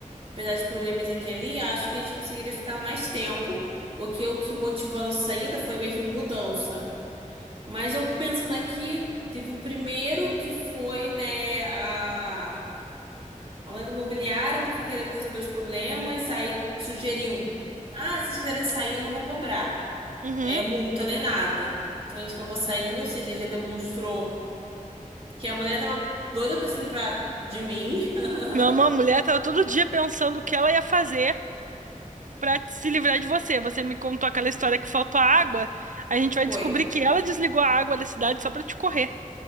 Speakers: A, on the right (about 40°); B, on the right (about 65°).
A: Apesar de problemas aqui e ali, acho que a gente conseguiria ficar mais tempo. Porque o que motivou a nossa saída foi mesmo mudança. Mas eu pensando aqui, teve o primeiro que foi, né, a Aumento imobiliário, eu tô querendo resolver os problemas, aí sugeriu. Ah, se vocês quiserem sair, eu não vou cobrar.
B: Uhum.
A: É multa nem nada. Então a gente acabou saindo, ou seja, já demonstrou que a mulher tava doida pra se livrar de mim. <laughs>
B: Não, uma mulher tava todo dia pensando o que ela ia fazer pra se livrar de você. Você me contou aquela história que faltou a água. A gente vai
A: Foi.
B: descobrir que ela desligou a água da cidade só pra te correr.